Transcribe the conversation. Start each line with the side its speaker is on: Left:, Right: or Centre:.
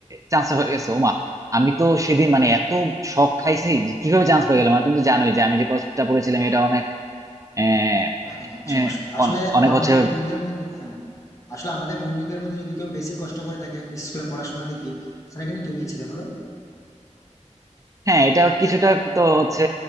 Right: চান্স হয়ে গেছে ওমা আমি তো সেদিন মানে এত শখ খাইছি যে কিভাবে চান্স পেয়ে গেলাম মানে তুমি তো জানোই যে আমি যে কষ্টটা পড়েছিলাম এটা অনেক আহ,
Left: হ্যাঁ
Right: আহ,
Left: সমস্যা আসলে
Right: অনে- অনেক
Left: আমাদের
Right: হচ্ছে
Left: বন্ধুদের মধ্যে হ্যাঁ আসলে আমাদের বন্ধুদের মধ্যে যদি কেউ বেশি কষ্ট করে থাকে স্কুলে পড়াশোনা দিক দিয়ে সেটা কিন্তু তুমিই ছিলে বলো
Right: হ্যাঁ এটা কিছুটা তো হচ্ছে